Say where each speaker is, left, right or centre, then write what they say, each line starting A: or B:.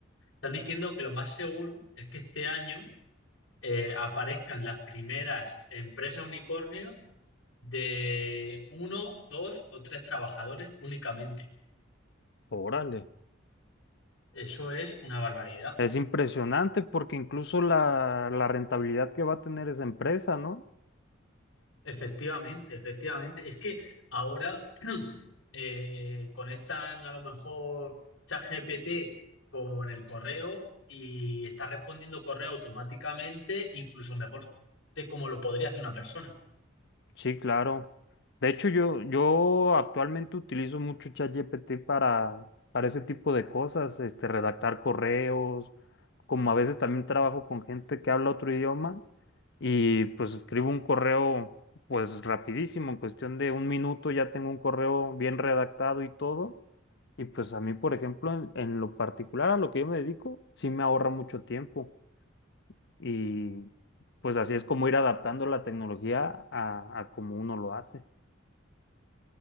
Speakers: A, on the left; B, on the left.
A: están diciendo que lo más seguro es que este año eh, aparezcan las primeras empresas unicornio de uno, dos o tres trabajadores únicamente.
B: Órale.
A: Eso es una barbaridad.
B: Es impresionante porque incluso la, la rentabilidad que va a tener esa empresa, ¿no?
A: Efectivamente, efectivamente. Es que ahora <clears throat> eh, conectan a lo mejor ChatGPT con el correo y está respondiendo correo automáticamente, incluso mejor de como lo podría hacer una persona.
B: Sí, claro. De hecho, yo, yo actualmente utilizo mucho ChatGPT para, para ese tipo de cosas, este, redactar correos, como a veces también trabajo con gente que habla otro idioma y pues escribo un correo pues rapidísimo, en cuestión de un minuto ya tengo un correo bien redactado y todo. Y pues a mí, por ejemplo, en, en lo particular a lo que yo me dedico, sí me ahorra mucho tiempo. Y pues así es como ir adaptando la tecnología a, a como uno lo hace.